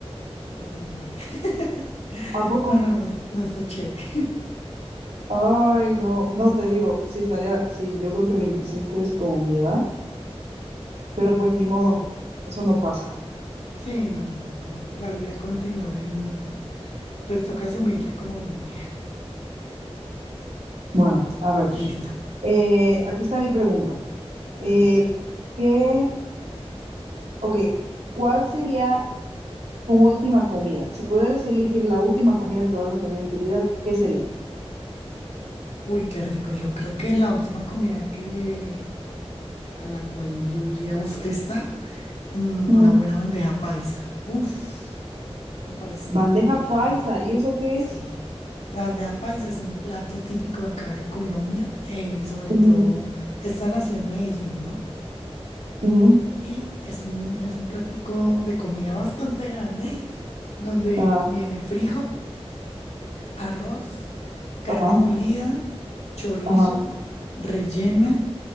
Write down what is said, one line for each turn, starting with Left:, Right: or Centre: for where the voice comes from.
Left: horrible. <laughs>
Right: ¿A poco?
Left: No, no, no, no está chévere. <clears throat>
Right: Ay, no, no te digo, sí estaría, sí, yo creo que 25 es como mi edad, pero pues ni modo, eso no pasa.
Left: Sí, no, no. La vida continúa y nos, pues toca asumirla como viene.
Right: Bueno, a ver,
Left: Listo.
Right: eh, aquí está mi pregunta. Eh,
Left: A ver.
Right: ¿qué, ok, cuál sería tu última comida. Si pudieras elegir la última comida que vas a tener en tu vida, ¿qué sería?
Left: Uy, qué rico. Yo creo que la última comida que a la cual yo iría, uf, esta. Mm,
Right: Ujú,
Left: una buena bandeja paisa. Uf, me parece espectacular.
Right: Bandeja paisa, ¿y eso qué
Left: Sí.
Right: es?
Left: La bandeja paisa es un plato típico acá de Colombia, eh, sobre
Right: ujú,
Left: todo esta nació en Medellín, ¿no?
Right: ujú,
Left: Y es un, es un platico de comida bastante grande, <laughs> donde
Right: Ajá,
Left: viene frijol, arroz, carne
Right: ajá,
Left: molida, chorizo,
Right: ajá,
Left: rellena,